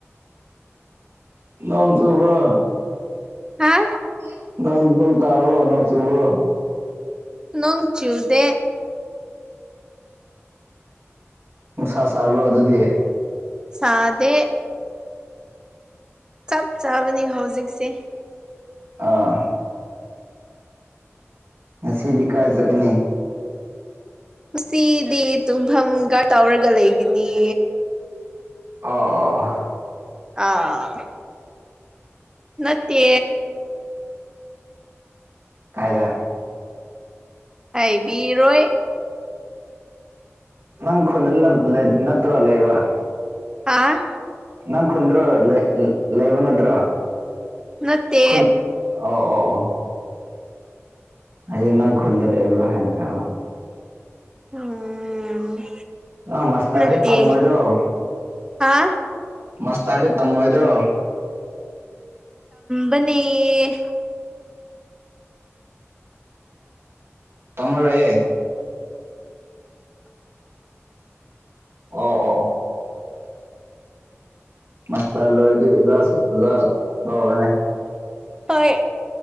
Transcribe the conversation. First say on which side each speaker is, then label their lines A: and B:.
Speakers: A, on the right; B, on the right.
A: ꯅꯣꯡ ꯆꯨꯕ꯭ꯔꯣ
B: ꯍꯥ
A: <unintelligible> ꯅꯪ ꯅꯪ ꯇꯥꯕꯔꯣ ꯅꯪ ꯆꯨꯕꯔꯣ
B: ꯅꯣꯡ ꯆꯨꯗꯦ
A: ꯅꯨꯡꯁꯥ ꯁꯥꯕ꯭ꯔꯣ ꯑꯗꯨꯗꯤ
B: ꯁꯥꯗꯦ ꯆꯞ ꯆꯥꯕꯅꯤ ꯍꯧꯖꯤꯛꯁꯦ
A: ꯑꯥ ꯉꯁꯤꯗꯤ ꯀꯔꯥꯏ ꯆꯠꯀꯅꯤ
B: ꯉꯁꯤꯗꯤ ꯇꯨꯝꯐꯝ ꯒꯥꯠ ꯇꯧꯔꯒ ꯂꯩꯒꯅꯤ
A: ꯑꯣ ꯑꯣꯍ
B: ꯑꯥ ꯅꯠꯇꯦ
A: ꯀꯥꯏꯗ
B: ꯍꯥꯏꯕꯤꯔꯣꯏ
A: ꯅꯪ ꯈꯨꯟꯗ <unintelligible> ꯅꯠꯇ꯭ꯔꯣ ꯂꯩꯕ
B: ꯍꯥꯥ
A: ꯅꯪ ꯈꯨꯟꯗ꯭ꯔꯣ ꯂꯦ <unintelligible> ꯂꯦꯕ ꯅꯠꯇ꯭ꯔꯣ
B: ꯅꯠꯇꯦ
A: ꯈꯨꯟ ꯑꯣ ꯑꯣ ꯑꯣ ꯑꯩꯗꯤ ꯅꯪ ꯈꯨꯟꯗ ꯂꯩꯕ꯭ꯔꯥ ꯍꯥꯏꯅ ꯈꯟꯕ
B: ꯎꯝ
A: ꯅꯪ ꯃꯥꯁꯇꯔꯗꯤ
B: ꯅꯠꯇꯦ
A: ꯇꯝꯃꯣꯢꯗꯔꯣ
B: ꯍꯥ
A: ꯃꯁ ꯇꯔꯗꯤ ꯇꯝꯃꯣꯏꯗ꯭ꯔꯣ
B: <unintelligible> ꯒꯅꯤ
A: ꯇꯝꯃꯔꯣꯢꯌꯦ ꯑꯣ ꯑꯣ ꯑꯣ ꯃꯥꯁꯇꯔ ꯂꯣꯢꯔꯗꯤ ꯑꯣꯖꯥꯁꯨ ꯑꯣꯖꯥ ꯇꯧꯔꯣꯅꯦ
B: ꯍꯣꯏ